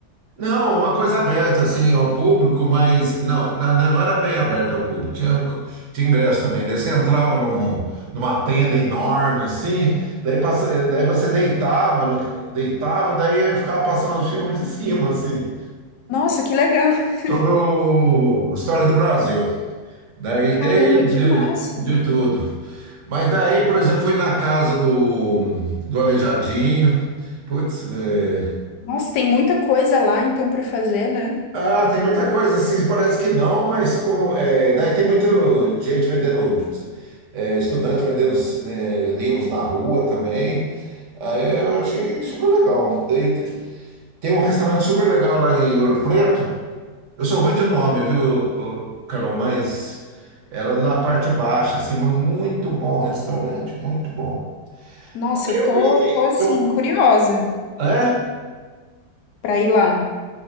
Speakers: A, on the right (about 55°); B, on the left (about 75°).
A: Não, uma coisa aberta assim ao público, mas não, na- na- não era bem aberta ao público. Tinha, co- tinha ingresso também. Daí você entrava num- numa tenda enorme assim, daí, passa- daí você deitava, na- deitava, daí ficava passando os filmes em cima assim,
B: Nossa, que legal! <laughs>
A: sobre o a história do Brasil. Daí
B: Caramba,
A: desde
B: que massa!
A: de tudo. Mas daí, por exemplo, fui na casa do do Aleijadinho. Putz, é,
B: Nossa, tem muita coisa lá então para fazer, né?
A: Ah, tem muita coisa, assim, parece que não, mas com, é, daí tem muita gente vendendo, é, estudante vendendo é, livros na rua também. Aí eu achei super legal. Daí te- tem um restaurante super legal lá em Ouro Preto. Eu sou ruim de nome, viu, ô, Carol? Mas era na parte baixa, assim, mas muito bom restaurante, muito bom.
B: Nossa,
A: Eu
B: eu tô,
A: vi.
B: tô assim
A: Eu,
B: curiosa
A: é?
B: para ir lá.